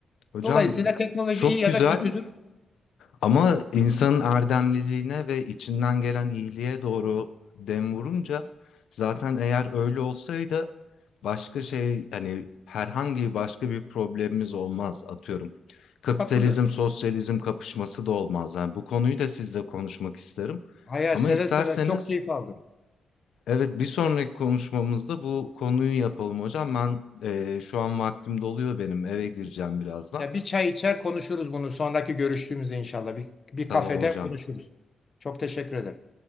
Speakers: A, on the left; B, on the left.
A: Hocam
B: Dolayısıyla teknoloji
A: çok
B: iyi ya
A: güzel
B: da kötüdür
A: ama insanın erdemliliğine ve içinden gelen iyiliğe doğru dem vurunca zaten eğer öyle olsaydı başka şey hani herhangi başka bir problemimiz olmaz atıyorum. Kapitalizm
B: katılıyorum.
A: sosyalizm kapışması da olmaz. Yani bu konuyu da sizle konuşmak isterim.
B: Hayal
A: Ama
B: seve
A: isterseniz
B: seve çok keyif aldım.
A: evet bir sonraki konuşmamızda bu konuyu yapalım hocam. Ben eee, şu an vaktim doluyor benim eve gireceğim birazdan.
B: Ya bir çay içer konuşuruz bunu sonraki görüştüğümüzde inşallah bir, bir
A: Tamam
B: kafede
A: hocam.
B: konuşuruz. Çok teşekkür ederim.